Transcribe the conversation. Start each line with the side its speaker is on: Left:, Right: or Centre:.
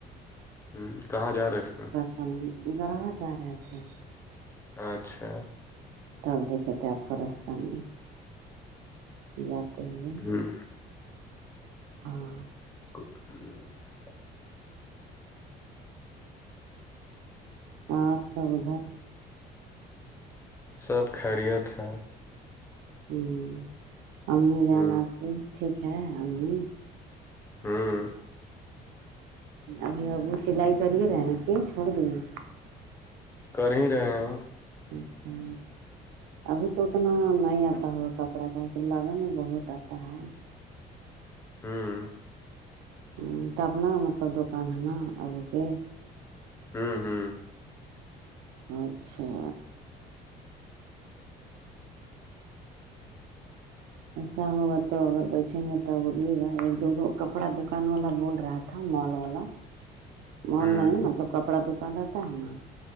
Left: ہوں کہاں جا رہے تھے
Right: ت گڑوا جا رہے تھے
Left: اچھا
Right: تب دیکتے آپ کو رستہ میں جاتے ہوئے
Left: ہوں
Right: ہاں
Left: <unintelligible>
Right: اور سب ادھر <inaudible>
Left: سب خیریت ہے
Right: ہوں امی جان
Left: ہ
Right: آپ کی ٹھیک ہے امی
Left: ہوں
Right: ابھی اببوں <inaudible> سلائی کرے رہے ہیں کہ چھوڑ دیے
Left: کر ہی رہے ہیں
Right: اچھا ابھی تو اتنا نہیں آتا ہوگا کپڑا کا کہ لگن میں بہت آتا ہے
Left: ہوں
Right: ہوں <inaudible> تب نا اپنا مطلب دکان ہے نا ابو کے
Left: ہوں ہوں
Right: اچھا ایسا ہوگا تو اگر بیٹھیں گے تب بولیےگا ایک دوگو کپڑا دکان والا بول رہا تھا <inaudible> مول والا مول
Left: ہ ہ
Right: نہیں مطلب کپڑا دکان رہتا ہے نا